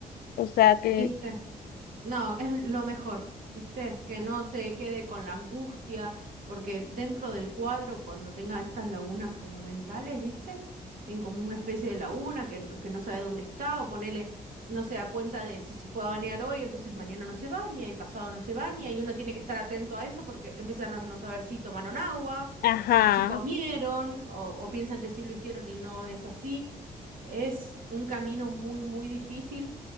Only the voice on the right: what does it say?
¿Viste? No, es lo mejor, ¿viste? Que no se quede con la angustia, porque dentro del cuadro, cuando tenga estas lagunas como mentales, ¿viste? Tiene como una especie de laguna que, no- que no sabe dónde está, o ponele, no se da cuenta de si se fue a bañar hoy, entonces mañana no se baña y pasado no se baña, y uno tiene que estar atento a eso porque empiezan a no saber si tomaron agua,
o si comieron, o, o piensan que sí lo hicieron y no es así. Es un camino muy, muy difícil